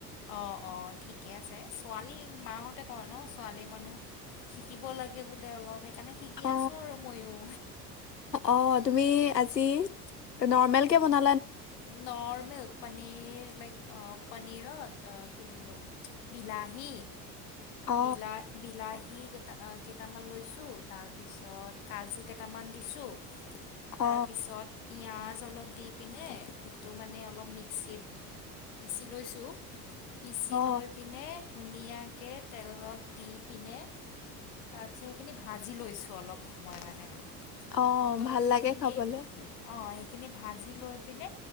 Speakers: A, on the left (about 60°); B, on the left (about 85°).
A: অ অ ঠিকে আছে ছোৱালী মাসতে কয় ন ছোৱালী মানুহ শিকিব লাগে বোলে অলপ সেইকাৰণে শিকি
B: অ
A: আছোঁ আৰু ময়ো
B: অ তুমি আজি যি নৰ্মেল কে বনা
A: নৰ্মেল পানীৰ লাইক অ প কি দিলো বিলাহী
B: অ
A: বিলা বিলাহী কেটা কেইটামান লৈছোঁ তাৰপিছত কাজু কেইটামান দিছোঁ
B: অ
A: তাৰ পিছত পিঁয়াজ অলপ দি পিনে সেইটো মানে অলপ মিক্সিত পিচি লৈছোঁ পিচি
B: অ
A: লৈ পিনে ধুনীয়াকে তেলত দি পিনে তাৰপিছত সেইখিনি ভাজি লৈছোঁ অলপ সময় মানে
B: অ
A: ত'
B: ভাল
A: সেইখিনি
B: লাগে খাবলে
A: অ খিনি ভাজি লৈ পিনে